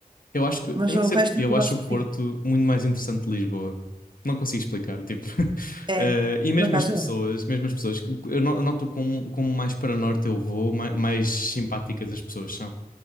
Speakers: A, on the left; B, on the right.
A: Eu acho que. Eu
B: Mas
A: não
B: o
A: sei
B: resto
A: porquê.
B: é
A: Eu
B: tudo
A: acho
B: à superfície.
A: o Porto muito mais interessante de Lisboa. Não consigo explicar. Tipo. <laughs>
B: É,
A: Eh, e mesmo
B: por acaso.
A: as pessoas.
B: é.
A: Mesmo as pessoas. Eu no- eu noto como, como mais para norte eu vou, mais, mais simpáticas as pessoas são.